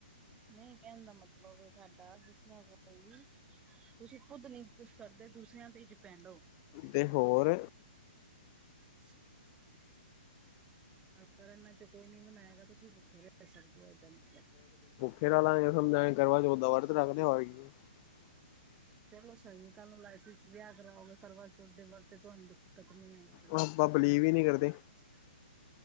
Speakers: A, on the right (about 20°); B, on the left (about 35°).
A: ਨਈਂ ਕੈਣ ਦਾ ਮਤਲਬ ਏ ਸਾਡਾ, ਜਿਸਰਾਂ ਕੋਈ ਤੁਸੀਂ ਖੁਦ ਨੀਂ ਕੁੱਛ ਕਰਦੇ। ਦੂਸਰਿਆਂ ਤੇ ਈ ਡਿਪੈਂਡ ਓ।
B: ਤੇ ਹੋਰ
A: ਅੱਛਾ ਅੱਛਾ। <unintelligible> ਮੈਂ ਤੇ ਕੋਈ ਨੀਂ ਬਣਾਏਗਾ ਤੁਸੀਂ ਭੁੱਖੇ ਰੈ ਸਕਦੇ ਓ ਇਦਾ ਮਤਲਬ
B: <inaudible>
A: ਚਲੋ ਸਈ ਏ, ਕੱਲ ਨੂੰ ਲਾਈਫ ਵਿੱਚ ਵਿਆਹ ਕਰਾਓਗੇ। ਕਰਵਾਚੌਥ ਦੇ ਵਰਤ ਤੁਆਨੂੰ ਦਿੱਕਤ ਨੀਂ ਆਏਗੀ।
B: ਓ ਆਪਾਂ ਬਿਲੀਵ ਨ੍ਹੀਂ ਕਰਦੇ।
A: <inaudible>